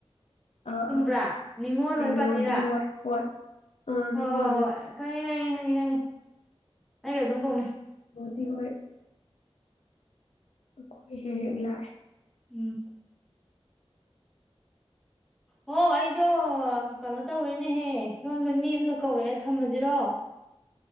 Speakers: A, on the left (about 85°); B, in the centre.
A: ꯑꯥ
B: ꯆꯨꯝꯕ꯭ꯔꯥ
A: ꯑꯥ
B: ꯅꯤꯡꯉꯣꯜ
A: ꯃꯦꯂꯣꯗꯤ
B: ꯍꯣꯏ ꯄꯥꯇꯤꯔꯥ
A: ꯍꯣꯏ ꯍꯣꯏ ꯑꯥ
B: ꯍꯣ
A: ꯅꯤꯉꯣꯜ
B: ꯍꯣ ꯍꯣꯏ ꯈꯪꯉꯦ ꯈꯪꯉꯦ ꯈꯪꯉꯦ ꯈꯪꯉꯦ ꯑꯩꯒ ꯑꯗꯨꯝ ꯀꯧꯅꯩ
A: ꯗꯤ ꯑꯣꯏ ꯑꯩꯈꯣꯏ ꯍꯦꯛ ꯍꯦꯛ ꯂꯥꯛꯑꯦ
B: ꯎꯝ ꯍꯣ ꯑꯩꯗꯣ ꯀꯩꯅꯣ ꯇꯧꯔꯦꯅꯦꯍꯦ ꯁꯣꯝꯗ ꯃꯤ ꯑꯝꯅ ꯀꯧꯔꯛꯑꯦ ꯊꯝꯃꯖꯤꯔꯣ